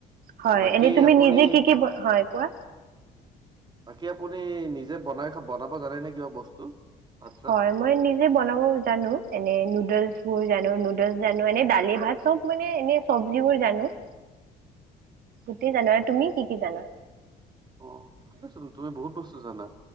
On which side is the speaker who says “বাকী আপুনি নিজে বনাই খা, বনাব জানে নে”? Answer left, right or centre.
Right